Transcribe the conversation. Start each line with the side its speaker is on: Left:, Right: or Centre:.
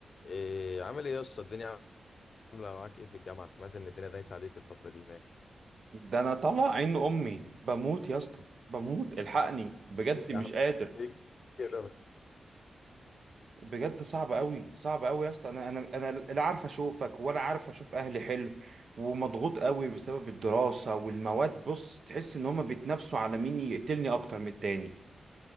Left: إيه عامل ايه يا اسطى الدنيا عامله معاك ايه في الجامعه سمعت ان الدنيا دايسه عليك الفتره دي هناك
Right: ده انا طالع عين امي بموت يا اسطى بموت الحقني بجد
Left: ايه
Right: مش
Left: يا عم
Right: قادر
Left: ليه كده
Right: بجد صعب قوي صعب قوي يا اسطى انا انا انا لا عارف اشوفك ولا عارف اشوف اهلي حلو ومضغوط قوي بسبب الدراسة والمواد بص تحس ان هما بيتنافسوا على مين يقتلني اكتر من التاني